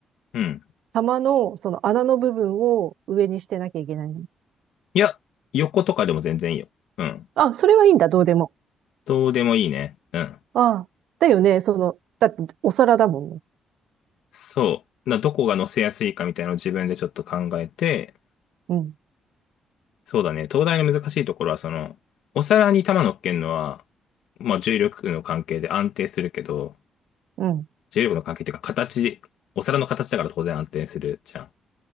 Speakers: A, on the left; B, on the right.
A: うん。
B: 玉のその穴の部分を上にしてなきゃいけないの
A: いや、横とかでも全然いいよ。うん。
B: あ、それはいいんだ、どうでも。
A: どうでもいいね。うん。
B: ああ、だよね。その、だってお皿だもんね。
A: そう。な、どこが乗せやすいかみたいなのを自分でちょっと考えて、
B: うん、
A: そうだね。東大の難しいところは、その、お皿に玉乗っけるのは、まあ、重力の関係で安定するけど、
B: うん。
A: 重力の関係っていうか、形、お皿の形だから当然安定するじゃん。